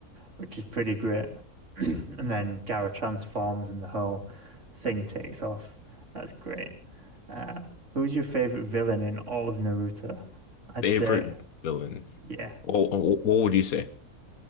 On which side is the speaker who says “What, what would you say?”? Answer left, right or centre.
Left